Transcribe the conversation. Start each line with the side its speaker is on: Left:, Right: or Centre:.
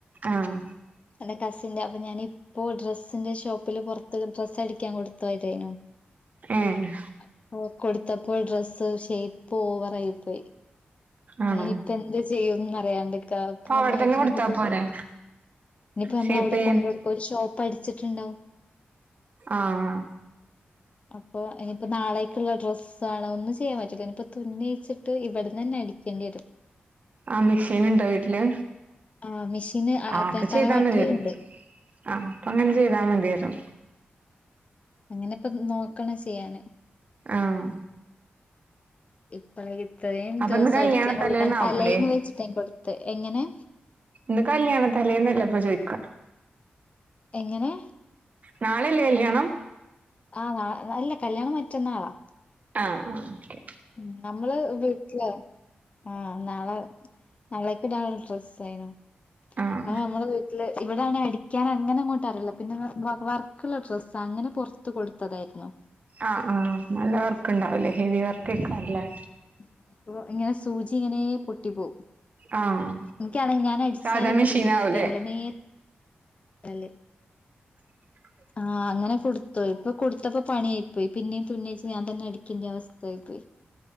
Right: ആഹ്
Left: എൻ്റെ കസിൻ്റെ അപ്പം ഞാനീ പ്പോ ഡ്രസ്സിന്റെ ഷോപ്പില് പൊർത്ത് ഡ്രസ്സടിക്കാൻ കൊടുതൊയതെയിനു.
Right: ഏഹ്
Left: അപ്പോ കൊടുത്തപ്പോ ഡ്രസ്സ് ഷേയ്പ്പ് ഓവറായി പോയി.
Right: ആണോ
Left: അയ്‌ന്പ്പെന്ത്ചെയ്യുംന്നറിയാണ്ട്ക്കാ പ്പ
Right: അപ്പൊ അവിടെ
Left: ഒന്നായിട്ട്
Right: തന്നെ
Left: ഇനിയിപ്പ
Right: കൊടുത്താ
Left: തീന്ന
Right: പോരെ
Left: ഇനിയിപ്പോ നമ്മള
Right: ഷേപ്പ്
Left: അവിടെ
Right: ചെയ്യാൻ
Left: കൊണ്ടട്ക്ക ഒര് ഷോപ്പ് അടിച്ചിട്ടുണ്ടാവും.
Right: ആഹ്
Left: അപ്പൊ ഇനിയിപ്പോ നാളെക്ക്ള്ള ഡ്രസ്സാണ്. ഒന്നും ചെയ്യാൻ പറ്റില്ല. ഇനിയിപ്പോ തുന്നയിച്ചിട്ട് ഇവിടന്നന്നെ അടിക് ക്കണ്ടിയെരും
Right: ആ മിഷീന്ണ്ടോ വീട്ടില്?
Left: ആഹ് മിഷീന്
Right: ആഹ് അപ്പൊ ചെയ്താ
Left: തറവാട്ടില്ണ്ട്.
Right: മതിയായിരുന്നു ആഹ് അപ്പങ്ങനെ ചെയ്താ മതിയല്ലോ
Left: അങ്ങനെപ്പം നോക്കണം ചെയ്യാന്
Right: ആഹ്
Left: ഇപ്പഴ ഇത്രേയും
Right: അപ്പൊ
Left: ദിവസം
Right: ഇന്ന് കല്യാണ
Left: അടിക്കാൻ
Right: തലേന്നാവൂലേ
Left: കൊടുക്കാൻ തലേന്ന് വെച്ചിട്ട ഞാൻ കൊടുത്തെ, എങ്ങനെ
Right: ഇന്ന് കല്യാണ തലേന്നല്ലപ്പൊ ചോയ്ക്കാ
Left: എങ്ങനെ
Right: നാളെല്ലേ കല്യാണം
Left: ആഹ് അല്ല കല്യാണം മറ്റന്നാളാ
Right: ആഹ് ആഹ് ഓകെ
Left: ഉം നമ്മള് വീട്ടില് ആഹ് നാളെ നളേക്ക്ടാനുള്ള ഡ്രെസ്സേനു
Right: ആഹ്
Left: അഹ് നമ്മടെ വീട്ടില് ഇവിടാണെ അടി ക്കാനൊന്നിനു അങ്ങോട്ടറിയില്ല. പിന്നെ വ വ വർക്ക്ള്ള ഡ്രസ്സ. അങ്ങനെ പൊർത്ത് കൊടുത്തതായിരുന്നു
Right: ആഹ് ആഹ് നല്ല വർക്ക്ണ്ടാവുലേ ഹെവി വർക്കേക്കാരല്ലേ
Left: ആഹ് അപ്പൊ ഇങ്ങനെ സൂചി ഇങ്ങനേ പൊട്ടി പോവും
Right: ആഹ്
Left: ഇൻക്കാണെങ്കി ഞാനടിച്ചാലും
Right: സാധാ
Left: ഇങ്ങോട്ട്
Right: മെഷീനാവൂലേ
Left: വല്യ വൃത്തിയാവില്ല നേരെ അല്ലേ
Right: <inaudible>
Left: ആഹ് അങ്ങനെ കൊടുത്തോയി പ്പൊ കൊടുത്തപ്പോ പണിയായി പോയി, പിന്നെയും തുന്നേച്ച ഞാൻ തന്നെ അടിക്കണ്ട അവസ്ഥയായി പോയി